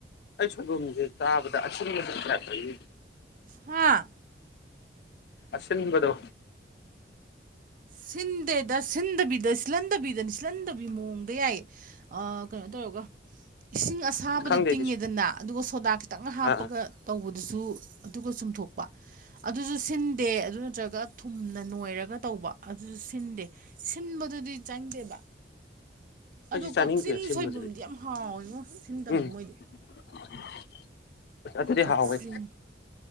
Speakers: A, on the left; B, on the right.
A: ꯑꯩ ꯁꯣꯏꯕꯨꯝꯖꯦ ꯆꯥꯕꯗ ꯑꯁꯤꯟꯕꯖꯦ ꯐꯔꯛ ꯅꯤꯅꯦ
B: ꯍꯥꯥ
A: ꯑꯁꯤꯟꯕꯗꯣ
B: ꯁꯤꯟꯗꯦꯗ ꯁꯤꯟꯗꯕꯤꯗ ꯁꯤꯜꯍꯟꯗꯕꯤꯗꯅ ꯁꯤꯜꯍꯟꯗꯕꯤ ꯃꯑꯣꯡꯗ ꯌꯥꯏꯌꯦ ꯑꯥ ꯀꯩꯅꯣ ꯇꯧꯔꯒ ꯏꯁꯤꯡ ꯑꯁꯥꯕꯗ
A: ꯈꯪꯗꯦ
B: ꯇꯤꯡꯉꯦꯗꯅ
A: ꯑꯩꯗꯤ
B: ꯑꯗꯨꯒ ꯁꯣꯗꯥ ꯈꯤꯇꯪ ꯍꯥꯞꯄꯒ
A: ꯑꯥ
B: ꯇꯧꯕꯗꯨꯁꯨ ꯑꯗꯨꯒ ꯆꯨꯝꯊꯣꯛ ꯑꯗꯨꯖꯨ ꯁꯤꯟꯗꯦ ꯑꯗꯨ ꯅꯠꯇ꯭ꯔꯒ ꯊꯨꯝꯅ ꯅꯣꯏꯔꯒ ꯇꯧꯕ ꯑꯗꯨꯁꯨ ꯁꯤꯟꯗꯦ ꯁꯤꯟꯕꯗꯨꯗꯤ ꯆꯪꯗꯦꯕ
A: ꯑꯩꯁꯨ
B: ꯑꯗꯣ
A: ꯆꯥꯅꯤꯡꯗꯦ
B: ꯀꯛꯆꯤꯡ
A: ꯑꯁꯤꯟꯕꯗꯨꯗꯤ
B: ꯁꯣꯏꯕꯨꯝꯗꯤ ꯌꯥꯝ ꯍꯥꯎꯋꯤꯉꯣ ꯁꯤꯟꯗꯃꯦ
A: ꯎꯝ
B: ꯃꯣꯏꯗꯤ
A: <unintelligible> ꯑꯗꯨꯗꯤ
B: ꯀꯛꯆꯤꯡ
A: ꯍꯥꯎꯋꯦ